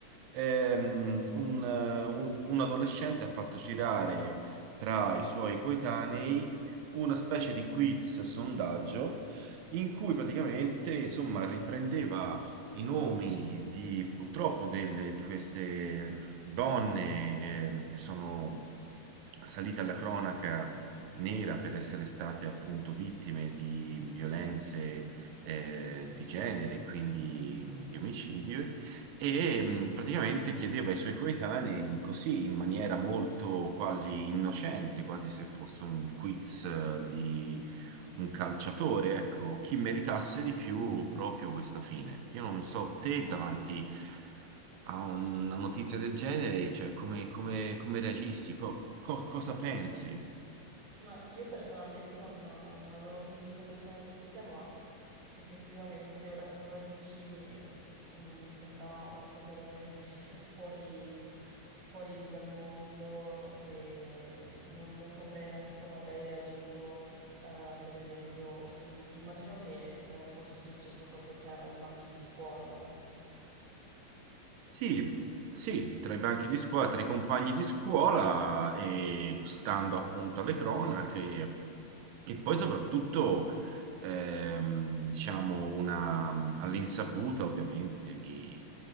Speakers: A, on the right (about 80°); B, on the right (about 60°).
A: ehm, un, eh, un- un adolescente ha fatto girare tra i suoi coetanei una specie di quiz sondaggio in cui praticamente, insomma, riprendeva i nomi di purtroppo delle- di queste donne eh, che sono salite alla cronaca nera per essere state appunto vittime di violenze eh, di genere, quindi di omicidio e mh, praticamente chiedeva ai suoi coetanei così in maniera molto quasi innocente, quasi se fosse un quiz eh, di un calciatore, ecco, chi meritasse di più proprio questa fine. Io non so te davanti a una notizia del genere, cioè come, come- come reagisti, Co- co- cosa pensi?
B: Ma io personalmente non, non avevo sentito questa notizia, ma effettivamente ora che me la dici, mm, mi sembra una cosa veramente <laughs> fuori, fuori dal mondo e non, non saprei neanche come avrei reagito. eh, per esempio, mm, immagino che eh, fosse successo proprio tra i banchi di scuola, no?
A: Sì, sì, tra i banchi di scuola, tra i compagni di scuola e stando appunto alle cronache e poi soprattutto ehm, diciamo una, all'insaputa ovviamente di,